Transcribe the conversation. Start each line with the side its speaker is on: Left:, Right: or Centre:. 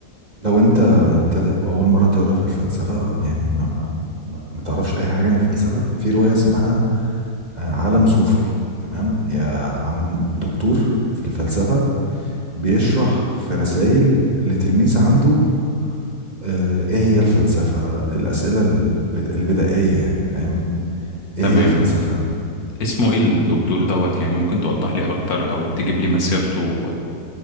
Right: لو انت مبتدئ واول مره تقرا في الفلسفه يعني ما ما ما ما تعرفش اي حاجه عن الفلسفه في روايه اسمها آه، عالم صوفي تمام هي عن دكتور في الفلسفه بيشرح في رسائل لتلميذ عنده آه، ايه هي الفلسفه الاسئله البد- البدائيه يعني فاهم ايه
Left: تمام
Right: هي الفلسفه
Left: اسمه إيه الدكتور دوت يعني ممكن توضح لي أكتر أو تجيب لي مسيرته